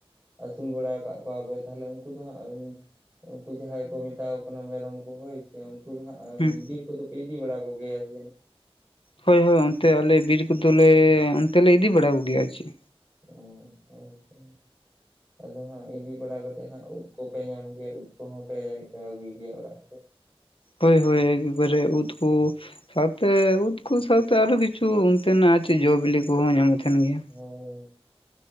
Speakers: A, on the right; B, on the left.
A: ᱟᱹᱥᱩᱞ ᱵᱟᱲᱟ ᱟᱠᱟᱫ ᱠᱚᱣᱟ ᱯᱮ ᱛᱟᱦᱞᱮ ᱩᱱᱠᱩ ᱫᱚ ᱦᱟᱸᱜ ᱩᱱᱠᱩ ᱡᱟᱦᱟᱸᱭ ᱠᱚ ᱢᱮᱛᱟᱣ ᱠᱚ ᱠᱟᱱᱟ ᱢᱮᱨᱚᱢ ᱠᱚ ᱦᱳᱭ ᱥᱮ ᱩᱱᱠᱩ ᱫᱚ ᱦᱟᱸᱜ। ᱟᱨ
B: ᱦᱩᱸ
A: ᱵᱤᱨ ᱠᱚᱫᱚ ᱯᱮ ᱤᱫᱤ ᱵᱟᱲᱟ ᱠᱚᱜᱮᱭᱟ ᱡᱮ
B: ᱦᱳᱭ ᱦᱳᱭ ᱚᱱᱛᱮ ᱟᱞᱮ ᱵᱤᱨ ᱠᱚᱫᱚᱞᱮ ᱚᱱᱛᱮ ᱞᱮ ᱤᱫᱤ ᱵᱟᱲᱟ ᱠᱚᱜᱮᱭᱟ ᱪᱮᱫ᱾
A: ᱚ ᱦᱳᱭ ᱦᱳᱭ᱾ ᱟᱫᱚ ᱦᱟᱸᱜ ᱤᱫᱤ ᱵᱟᱲᱟ ᱠᱟᱛᱮᱫ ᱦᱟᱸᱜ ᱩᱵ ᱠᱚᱯᱮ ᱧᱟᱢ ᱜᱮᱭᱟ ᱩᱫ ᱠᱚᱦᱚᱸ ᱯᱮ ᱟᱹᱜᱩᱭ ᱜᱮᱭᱟ ᱚᱲᱟᱜ ᱛᱮ।
B: ᱦᱳᱭ ᱦᱳᱭ ᱮᱠᱵᱟᱨᱮ ᱩᱫ ᱠᱩ। ᱥᱟᱶᱛᱮ ᱩᱫ ᱠᱚ ᱥᱟᱶᱛᱮ ᱟᱨ ᱦᱚᱸ ᱠᱤᱪᱷᱩ ᱚᱱᱛᱮᱱᱟᱜ ᱡᱚ ᱵᱤᱞᱤ ᱠᱚᱦᱚᱸ ᱧᱟᱢᱚᱜ ᱛᱟᱦᱮᱸᱱ ᱜᱮᱭᱟ।
A: ᱤᱧ